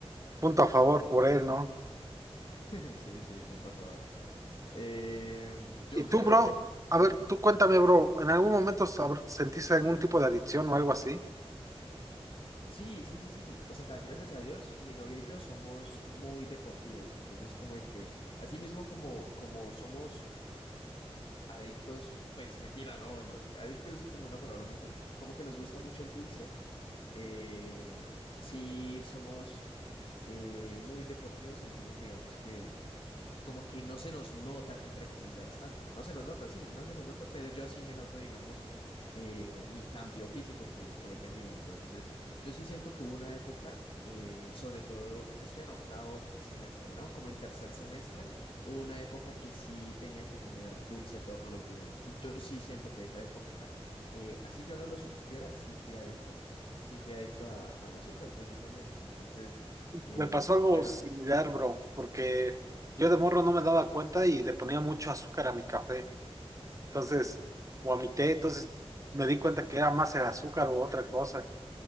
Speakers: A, on the right (about 30°); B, on the left (about 55°).
A: punto a favor por él, ¿no?
B: <laughs> Sí, sí, punto a favor. Eh, yo
A: Y tú,
B: creo,
A: bro, a ver, tú cuéntame, bro, ¿en algún momento sab- sentiste algún tipo de adicción o algo así?
B: Sí, sí, sí, sí. O sea, gracias a Dios, mi novia y yo somos muy deportivos. Entonces, como de que, así mismo como, como somos adictos, pues mentira, no, no, adicto es como una palabra muy fuerte. Como que nos gusta mucho el dulce. eh, sí, somos eh, muy deportivos. Entonces, digamos que como que no se nos nota, entre comillas, tanto. No se nos nota, sí, no se nos nota, pero yo sí me noto, digamos, eh, mi cambio físico que, que he tenido. Entonces, yo sí siento que hubo una época, eh, sobre todo, estoy en octavo semestre, ¿no? Como en tercer semestre, hubo una época que sí tenía que comer dulce todos los días. Y yo sí siento que esa época, eh, así yo no lo supiera, sí fui adicto. Sí fui adicto a, al azúcar, precisamente. Entonces, eh,
A: Me pasó algo
B: bueno,
A: similar, bro, porque yo de morro no me daba cuenta y le ponía mucho azúcar a mi café, entonces, o a mi té, entonces me di cuenta que era más el azúcar o otra cosa.